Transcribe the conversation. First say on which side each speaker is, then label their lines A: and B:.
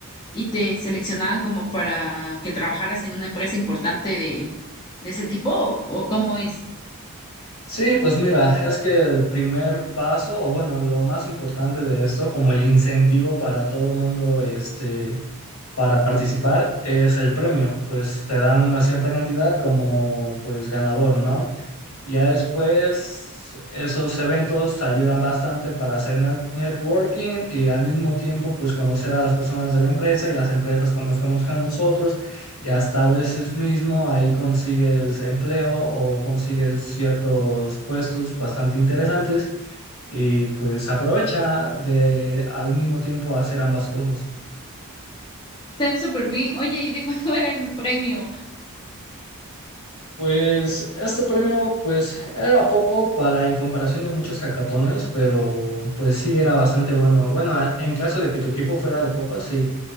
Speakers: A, on the left (about 20°); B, on the left (about 75°).
A: y te seleccionaban como para que trabajaras en una empresa importante de, de ese tipo, o, o cómo es.
B: Sí, pues mira, es que el primer paso, o bueno, lo más importante de esto, como el incentivo para todo mundo, este, para participar, es el premio. Pues te dan una cierta cantidad como pues ganador, ¿no? Ya después, esos eventos ayudan bastante para hacer net- networking y al mismo tiempo, pues conocer a las personas de la empresa y las empresas con- nos conozcan a nosotros y hasta a veces mismo ahí consigues empleo o consigues ciertos puestos bastante interesantes y pues aprovecha de al mismo tiempo hacer ambas cosas.
A: Está súper bien. Oye, ¿y de cuánto era el premio?
B: Pues este premio pues era poco para en comparación de muchos hackatones, pero pues sí era bastante bueno. Bueno, a- en caso de que tu equipo fuera de poco, sí,